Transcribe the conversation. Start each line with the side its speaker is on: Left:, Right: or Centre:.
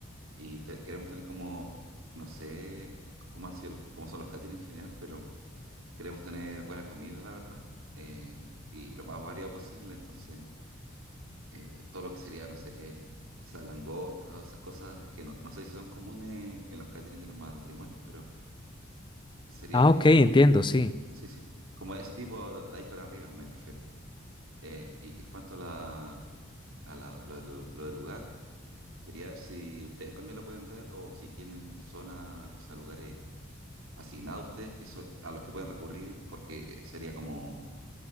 Right: y te- queremos tener como, no sé cómo han sido los, cómo son los catering en general, pero queremos tener buena comida, la verdad, eh, y lo más variado posible, entonces. eh, todo lo que sería, no sé, quizás langosta o esas cosas que no, no sé si son comunes en los catering de los matrimonios, pero sería
Left: Ah,
Right: como,
Left: ok, entiendo,
Right: co-
Left: sí.
Right: sí, sí, como ese tipo de ahí para arriba me refiero. Eh, y en cuanto a la, a la- lo, del lu- lo del lugar, quería ver si ustedes también lo pueden ver o si tienen zonas, o sea, lugares asignados a ustedes que so- a los que pueden recurrir, porque sería como